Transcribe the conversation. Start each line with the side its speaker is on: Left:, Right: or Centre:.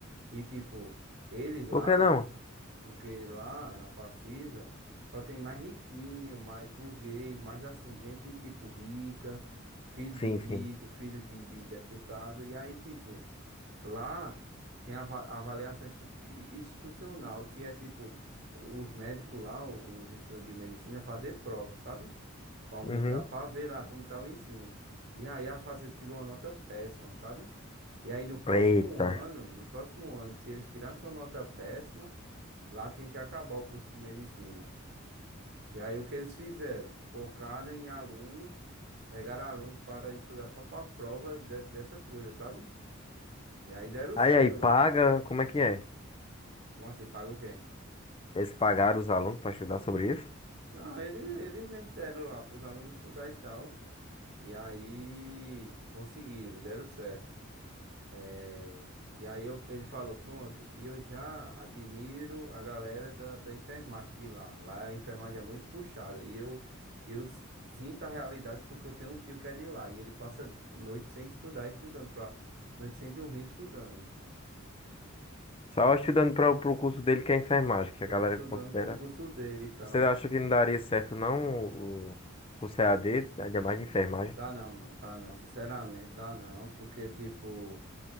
Right: E tipo, eles lá,
Left: Por que não?
Right: porque lá na Facisa só tem mais riquinho, mais burguês, mais assim, gente tipo rica, filho
Left: Sim,
Right: de rico,
Left: sim.
Right: filho de, de deputado. E aí, tipo, lá tem a ava- avaliação institu- i- institucional, que é tipo, os médicos lá, os estudantes de medicina, fazer prova, sabe? Pra aumentar,
Left: Uhum.
Right: pra ver lá como tá o ensino. E aí a Facil tirou uma nota péssima, sabe? E aí no próximo
Left: Eita.
Right: ano, no próximo ano, se eles tirassem sua nota péssima, lá tinha que acabar o curso de medicina. E aí o que eles fizeram? Focaram em alunos, pegaram alunos para estudar só pra prova de- dessa coisa, sabe? E aí deram
Left: Aí,
Right: certo
Left: aí, paga,
Right: lá.
Left: como é que é?
Right: Como assim? Paga o quê?
Left: Eles pagaram os alunos pra estudar sobre isso?
Right: Não, eles, eles mesmo deram lá para os alunos estudar e tal. E aí conseguiram, deram certo. É, e aí eu- ele falou, pronto, e eu já admiro a galera da, da enfermagem de lá. Lá a enfermagem é muito puxada. E eu, eu s- sinto a realidade porque eu tenho um tio que é de lá. E ele passa noite sem estudar, estudando, pra, noite sem dormir, estudando.
Left: Só estudando para o curso dele que é enfermagem, que a
Right: Só
Left: galera
Right: estudando
Left: considera
Right: pro curso dele e tal.
Left: Você acha que não daria certo, não, o, o C CAD, ainda mais de enfermagem?
Right: Dá não, mano, dá não. Sinceramente, dá não. Porque, tipo,